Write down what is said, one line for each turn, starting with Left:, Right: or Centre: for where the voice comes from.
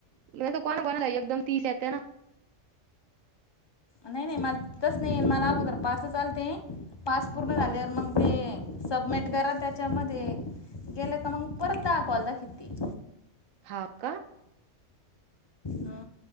Right: नाही तर कोणा-कोणाला एकदम तीस येते ना.
Left: नाही नाही मल तसं नाही मला अगोदर पाचच आलते. टास्क पूर्ण झालेवर मग ते सबमिट करा त्याच्यामध्ये गेले का मंग परत दाखवलदा खिती.
Right: हा का?
Left: हा.